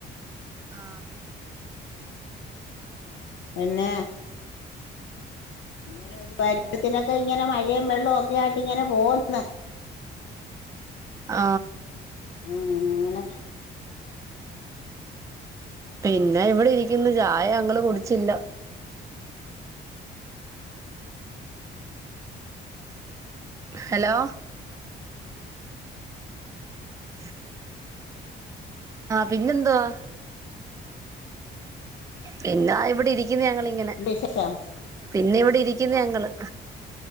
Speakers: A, on the right (about 15°); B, on the left (about 70°).
A: ആ
B: പിന്നെ ഇങ്ങനെ ഒരു പരു വത്തിലൊക്കെ ഇങ്ങനെ മഴയും വെള്ളവും ഒക്കെ ആയിട്ട് ഇങ്ങനെ പോവു ന്ന്
A: ആ
B: ഉം ഇങ്ങനെ
A: പിന്നെ ഇവിടെ ഇരിക്കുന്ന് ചായ അങ്ങള് കുടിച്ചില്ല ഹലോ <inaudible> ആഹ് പിന്നെന്തവാ പിന്നെ ഇവിടെ ഇരി ക്കന്ന് ഞങ്ങൾ ഇങ്ങനെ
B: വിശേഷം
A: പിന്നെ ഇവിടെ ഇരി ക്ന്ന് ഞങ്ങള്